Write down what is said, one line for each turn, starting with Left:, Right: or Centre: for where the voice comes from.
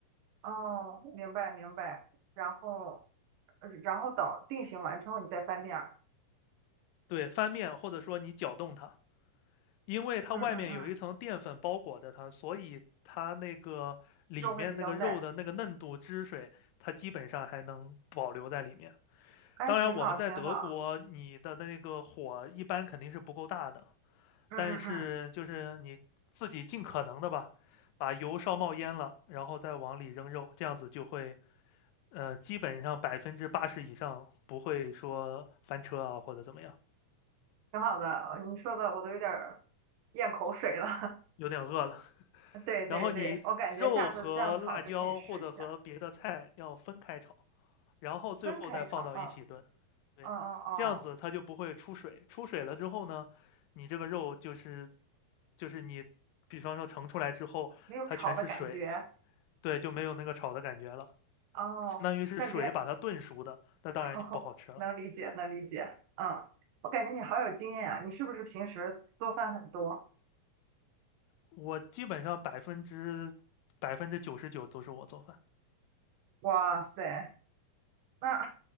Right: 哦，明白明白，然后，呃然后等定型完之后你再翻面儿，
Left: 对，翻面或者说你搅动它。因为它外面有一层淀粉包裹着它，
Right: 嗯嗯嗯，
Left: 所以它那个里面那个肉的那个嫩度、
Right: 肉会比较嫩，
Left: 汁水，它基本上还能保留在里面。
Right: 哎，
Left: 当然，
Right: 挺好挺好，
Left: 我们在德国，你的那个火一般肯定是不够大的，
Right: 嗯嗯嗯，
Left: 但是就是你自己尽可能的吧，把油烧冒烟了，然后再往里扔肉，这样子就会，呃，基本上百分之八十以上不会说翻车啊或者怎么样。
Right: 挺好的，你说的我都有点儿咽口水了，
Left: 有点饿了。
Right: <laughs> 对对对，
Left: 然后你肉和辣椒或者和别的菜要分开炒，
Right: 我感觉下次这样炒就可以试一下，
Left: 然后最后再放到一起炖。
Right: 分开炒，嗯。
Left: 对，
Right: 哦哦哦，
Left: 这样子它就不会出水。出水了之后呢，你这个肉就是就是你，比方说盛出来之后，
Right: 没有炒的感觉，
Left: 它全是水，对，就没有那个炒的感觉了，
Right: 哦，
Left: 相当于是水把它炖熟的，
Right: 感觉 <laughs>，
Left: 那当然就不好吃了。
Right: 哦，能理解，能理解，嗯，我感觉你好有经验啊，你是不是平时做饭很多？
Left: 我基本上百分之百分之九十九都是我做饭。
Right: 哇塞，那